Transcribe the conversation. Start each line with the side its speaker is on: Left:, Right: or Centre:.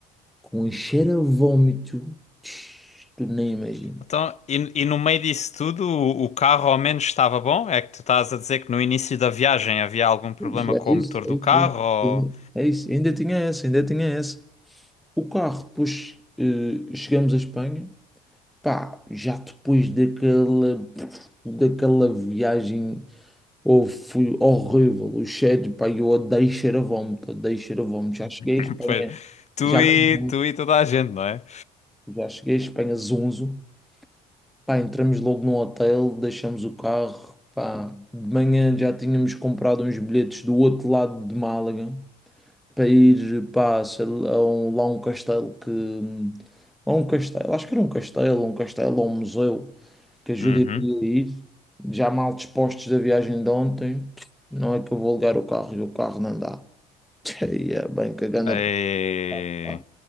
Centre: com um cheiro a vómito. Tch, Tu nem imaginas.
Left: Então, e, e no meio disso tudo, o, o carro ao menos estava bom? É que tu estás a dizer que no início da viagem havia algum problema
Centre: Puxa,
Left: com
Centre: É
Left: o
Centre: isso,
Left: motor
Centre: é
Left: do
Centre: isso,
Left: carro?
Centre: é isso.
Left: Ou...
Centre: Ainda- É isso. Ainda tinha essa, ainda tinha essa. O carro, depois eh, chegamos à Espanha, Pá, já depois daquela, daquela viagem, oh, foi horrível. O cheiro, pá, eu odeio cheiro a vómito, odeio cheiro a vómito. Já cheguei
Left: <laughs>
Centre: à Espanha,
Left: Pois, tu
Centre: já,
Left: e,
Centre: mesmo-
Left: tu e toda a gente, não é?
Centre: já cheguei à Espanha zonzo. Pá, entramos logo no hotel, deixamos o carro. Pá, de manhã já tínhamos comprado uns bilhetes do outro lado de Málaga para ir, pá, sei lá, a um- lá a um castelo que... hum, Lá a um castelo, acho que era um castelo, um castelo ou um museu. que ajudem
Left: Uhum.
Centre: a ir, já mal dispostos da viagem de ontem, não é que eu vou ligar o carro e o carro não dá. <laughs> E é bem cagando
Left: Ei.
Centre: a pá.